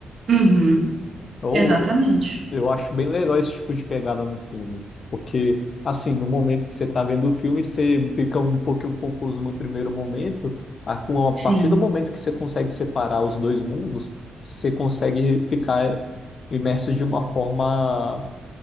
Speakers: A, on the right; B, on the left.
A: Uhum.
B: Ou
A: Exatamente.
B: eu acho bem legal esse tipo de pegada no filme, porque assim, no momento que você está vendo o filme, você fica um pouquinho confuso no primeiro momento, a com- a
A: Sim.
B: partir do momento que você consegue separar os dois mundos, você consegue ficar imerso de uma forma